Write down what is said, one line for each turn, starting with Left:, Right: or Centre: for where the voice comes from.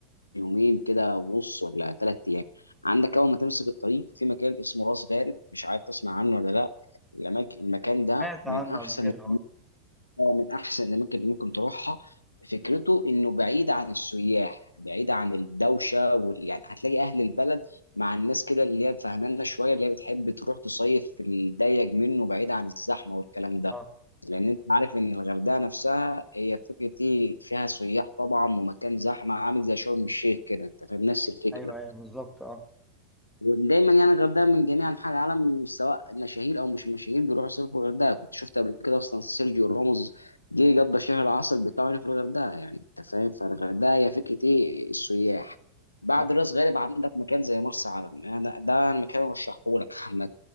Left: يومين كده ونص ولا ثلاث ايام عندك اول ما تمسك الطريق في مكان اسمه راس غارب مش عارف تسمع عنه ولا لا الأماك- المكان ده
Centre: سمعت عنه
Left: من احسن
Centre: قبل كده اه
Left: من احسن الاماكن اللي ممكن تروحها فكرته انه بعيد عن السياح بعيد عن الدوشه وال... يعني هتلاقي اهل البلد مع الناس كده اللي هي فهمانه شويه اللي هي بتحب تروح تصيف في الضيق منه بعيد عن الزحمه والكلام ده
Centre: اه
Left: لان انت عارف ان الغردقه نفسها هي فكره ايه فيها سياح طبعا ومكان زحمه عامل زي شرم الشيخ كده انت فاهم نفس الفكره
Centre: ايوه ايوه بالظبط اه
Left: ودايما يعني الغردقه من جميع انحاء العالم سواء مشاهير او مش مشاهير بيروحوا يصيفوا في الغردقه كنت شفت قبل كده اصلا سيرجيو راموس جه قضى شهر العسل بتاعه هنا في الغردقه يعني انت فاهم فالغردقه هي فكره ايه السياح بعد
Centre: اه
Left: راس غارب عندك مكان زي مرسى علم يعني ده ده المكان اللي رشحه لك <laughs> محمد